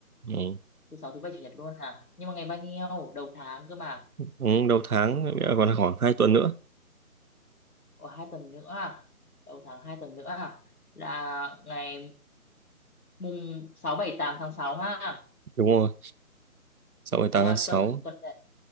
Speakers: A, on the right; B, on the left.
A: Ừ.
B: thứ sáu thứ bảy chủ nhật luôn à nhưng mà ngày bao nhiêu đầu tháng cơ mà
A: Ừ, đầu tháng nghĩa là còn khoảng 2 tuần nữa.
B: Ủa, hai tuần nữa à? Đầu tháng hai tuần nữa à? Là ngày mùng 6 7 8 tháng 6 ha.
A: Đúng rồi. Sáu ngày 8
B: Thế à,
A: tháng 6.
B: tuần tuần đấy,